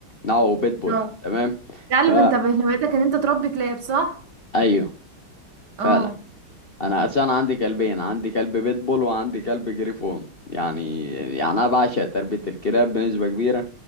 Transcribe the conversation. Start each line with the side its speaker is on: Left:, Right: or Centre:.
Left: نوعه بيتبول
Right: اه
Left: تمام
Right: يا قلب
Left: فا
Right: انت من هوايتك ان انت تربي كلاب صح؟
Left: ايوه
Right: اه
Left: فعلا انا اساسا عندي كلبين عندي كلب بيتبول وعندي كلب جريفون يعني يعني انا بعشق تربية الكلاب بنسبة كبيرة